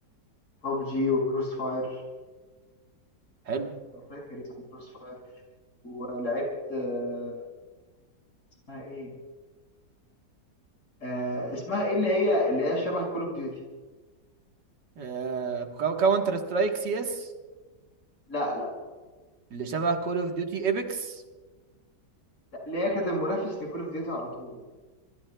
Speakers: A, on the left; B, on the right.
A: ببجي وكروس فاير
B: حلو
A: لو فاكر اسمه كروس فاير ولعبت آه، اسمها ايه آه، اسمها ايه اللي هي اللي هي شبه كول اوف ديوتي
B: آه كاونتر سترايك سي اس
A: لا لا لا
B: اللي شبه كول اوف ديوتي ايبكس
A: لا، اللي هي كانت المنافس لكول اوف ديوتي على طول